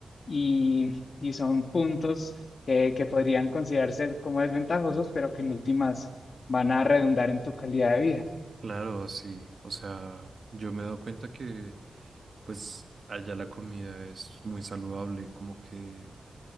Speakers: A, on the left (about 60°); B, on the right (about 40°).
A: y, y son puntos que, que podrían considerarse como desventajosos, pero que en últimas van a redundar en tu calidad de vida.
B: Claro, sí. O sea, yo me he dado cuenta que pues allá la comida es muy saludable, como que